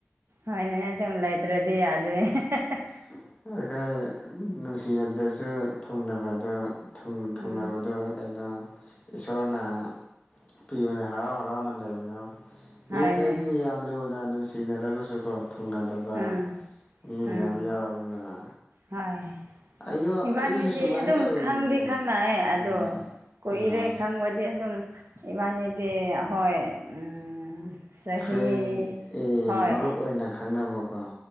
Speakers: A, on the right; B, on the left.
A: ꯍꯣꯏꯅꯦ ꯑꯗꯨꯝ ꯂꯩꯇ꯭ꯔꯗꯤ ꯌꯥꯗꯣꯏꯅꯦ ꯍꯦ ꯍꯦ ꯍꯦ
B: <unintelligible> ꯅꯨꯡꯁꯤꯅꯗ꯭ꯔꯁꯨ ꯊꯨꯡꯅꯕꯗꯣ ꯊꯨꯡ ꯊꯨꯡꯅꯕꯗꯣ
A: ꯎꯝ
B: ꯀꯩꯅꯣ ꯏꯁꯣꯔꯅ ꯄꯤꯕꯅꯦ ꯍꯔꯥꯎ ꯍꯔꯥꯎꯅ ꯂꯩꯃꯤꯟꯅꯧ ꯃꯤ
A: ꯍꯣꯏꯅꯦ
B: ꯑꯇꯩꯗꯤ ꯌꯥꯝ ꯂꯨꯅ ꯅꯨꯡꯁꯤꯅꯔꯒꯁꯨ ꯀꯣ ꯊꯨꯡꯅꯗꯕ
A: ꯎꯝ
B: ꯃꯤ ꯃꯌꯥꯝ
A: ꯎꯝ
B: ꯌꯥꯎꯔꯤꯅꯦꯕ
A: ꯍꯣꯏ
B: ꯑꯩꯉꯣ
A: ꯏꯕꯥꯅꯤꯗꯤ
B: ꯑꯩꯁꯨ ꯁꯨꯃꯥꯏꯅ
A: ꯑꯗꯨꯝ
B: ꯇꯧꯔꯤꯅꯦ
A: ꯈꯪꯗꯤ ꯈꯪꯅꯩ ꯑꯗꯣ
B: ꯎꯝ
A: ꯀꯨꯏꯔꯦ
B: ꯑꯥ
A: ꯈꯪꯕꯗꯤ ꯑꯗꯨꯝ ꯏꯕꯥꯅꯤꯗꯤ ꯍꯣꯏ ꯎꯝ ꯆꯍꯤ
B: ꯐ꯭ꯔꯦꯟ ꯑꯦ
A: ꯍꯣꯏ
B: ꯃꯔꯨꯞ ꯑꯣꯏꯅ ꯈꯪꯅꯕꯀꯣ